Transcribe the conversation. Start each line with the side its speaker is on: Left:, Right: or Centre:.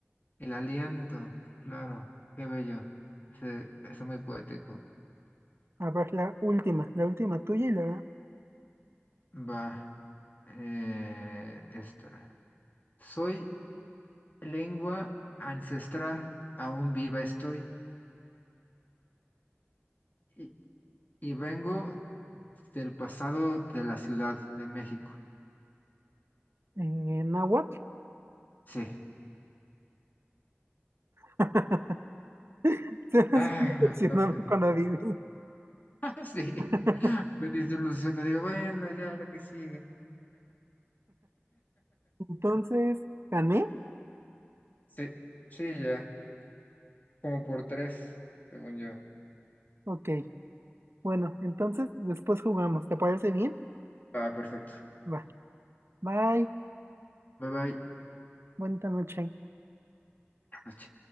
Left: El aliento. Claro, qué bello. Se- está muy poético.
Right: A ver, la última, la última tuya y la
Left: Va. eh, esta. Soy lengua ancestral. Aún viva estoy. Y, y vengo del pasado de la Ciudad de México.
Right: eh, náhuatl.
Left: Sí.
Right: <laughs> Se me hace
Left: Ah,
Right: decepcionado
Left: no, pues,
Right: cuando adivino.
Left: <laughs> sí.
Right: <laughs>
Left: Me desilusioné, digo, bueno, ya lo que sigue.
Right: Entonces, ¿gané?
Left: Sí, sí, ya, como por tres, según yo.
Right: Ok. Bueno, entonces después jugamos. ¿Te parece bien?
Left: Ah, perfecto.
Right: Va. Bye.
Left: Bye bye. Buenas
Right: Buena noche.
Left: noches.